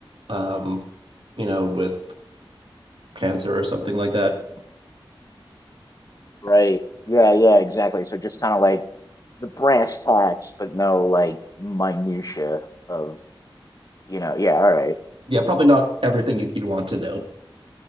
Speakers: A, on the right; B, on the left.
A: um, you know, with cancer or something like that.
B: Right. Yeah. Yeah. Exactly. So just kind of like the brass tacks, but no like minutia of you know. Yeah. All right.
A: Yeah, probably not everything you'd, you'd want to know.